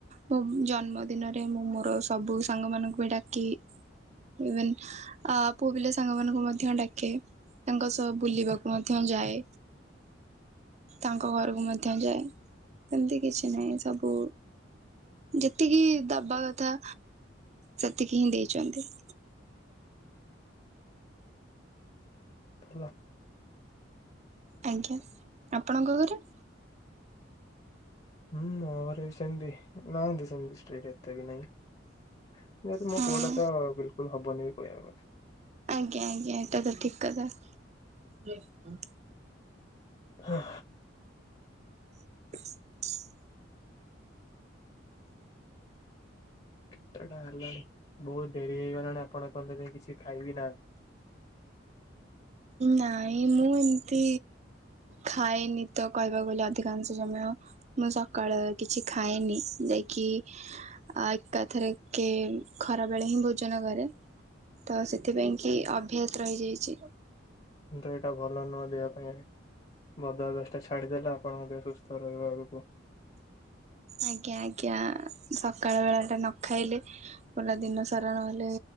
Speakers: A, on the right; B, on the left.
A: ମୋ ଜନ୍ମ ଦିନରେ ମୁଁ ମୋର ସବୁ ସାଙ୍ଗମାନକୁ ବି ଡାକେ। ଇଭେନ୍ ଆ ପୁଅ ପିଲା ସାଙ୍ଗ ମାନଙ୍କୁ ମଧ୍ୟ ଡାକେ, ତାଙ୍କ ସହ ବୁଲିବାକୁ ମଧ୍ୟ ଯାଏ। ତାଙ୍କ ଘରକୁ ମଧ୍ୟ ଯାଏ ସେମିତି କିଛି ନାହିଁ ସବୁ ଯେତିକି ଦବା କଥା ସେତିକି ହିଁ ଦେଇଛନ୍ତି। <inaudible>
B: ଭଲ।
A: ଆଜ୍ଞା ଆପଣଙ୍କ ଘରେ
B: ହୁଁ ମୋ ଘରେ ବି ସେମିତି ନାହାନ୍ତି ସେମତି ଷ୍ଟ୍ରେକ୍ଟ ଏତେ ବି ନାହିଁ।
A: ହଁ
B: ମୋ ପୁଅଟା ତ ବିଲକୁଲ ହବନି କହିବାକୁ ଗଲେ।
A: ଆଜ୍ଞା ଆଜ୍ଞା ଏଇଟା ତ ଠିକ କଥା।
B: ହଁ।
A: <inaudible>
B: କେତେଟା ହେଲାଣି ବହୁତ ଡେରି ହେଇଗଲାଣି ଆପଣ ଏପନ୍ତ ଯାଇ କିଛି ଖାଇବି ନାହାନ୍ତି।
A: ନାଇଁ ମୁଁ ଏମିତି ଖାଏନି ତ କହିବାକୁ ଗଲେ ଅଧିକାଂଶ ସମୟ ମୁଁ ସକାଳେ କିଛି ଖାଏନି ଯାଇକି କି ଏକାଥରେକେ ଖରା ବେଳେ ହିଁ ଭୋଜନ କରେ। ତ ସେଥିପାଇଁ କି ଅଭ୍ୟାସ ରହିଯାଇଛି।
B: କିନ୍ତୁ ଏଇଟା ଭଲ ନୁହଁ ଦେହ ପାଇଁ। ବଦ ଅଭ୍ୟାସ ଟା ଛାଡିଦେଲେ ଆପଣଙ୍କ ଦେହ ସୁସ୍ଥ ରହିବ ଆଗକୁ।
A: ଆଜ୍ଞା ଆଜ୍ଞା। ସକାଳ ବେଳାଟା ନ ଖାଇଲେ ପୁରା ଦିନ ସାରା ନହେଲେ